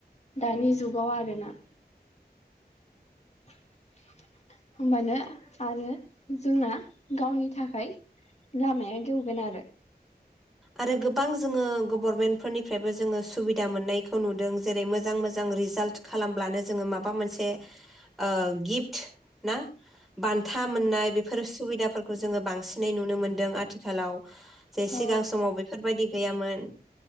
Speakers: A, on the left; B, in the centre.
A: दानि जुगाव आरो ना <inaudible> होमबानो आरो जोंना गावनि थाखाय लामाया गेवगोन आरो
B: आरो गोबां जो गभारनमेनफोरनि फ्रायबो जोङो सुबिदा मोननायखौ नुदों जेरै मोजां मोजां रिजाल्ट खालामब्लानो जोङो माबा मोनसे ओ गिफ्ट ना बान्था मोननाय बेफोर सुबिदाफोरखौ खौ जोङो बांसिनै नुनो मोन्दों आथिखालाव जे सिगां
A: औ
B: समाव बेफोरबायदि गैयामोन